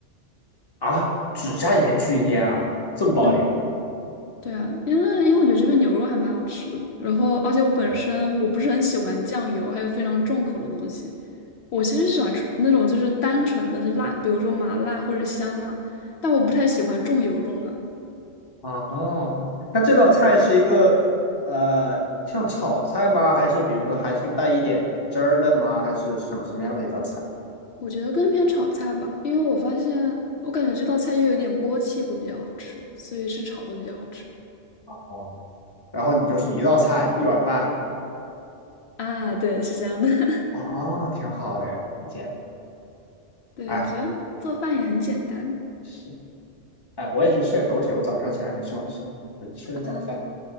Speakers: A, on the left; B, on the left.
A: 啊？只加盐去腌啊？这么暴力？
B: 嗯，
A: <laughs>
B: 对啊，因为因为我觉得这边牛肉还蛮好吃的，然后而且我本身我不是很喜欢酱油，
A: 对。
B: 还有非常重口的东西。我其实喜欢吃那种就是单纯的就辣，比如说麻辣或者香辣，但我不太喜欢重油重辣。
A: 啊哈，那这道菜是一个呃，像炒菜吗？还是比如说还是带一点汁儿的吗？还是什么什么样的一道菜？
B: 我觉得更偏炒菜吧，因为我发现我感觉这道菜又有点锅气会比较好吃，所以是炒的比较好吃。
A: 哦，然后你就是一道菜一碗饭，
B: 啊，对，是这样的，<laughs>
A: 哦，挺好的，挺简单。
B: 对，
A: 哎，
B: 只要做饭也很简单
A: 是，哎，我也去吃点东西，我早上起来没吃东西，就吃个早饭。
B: 啊。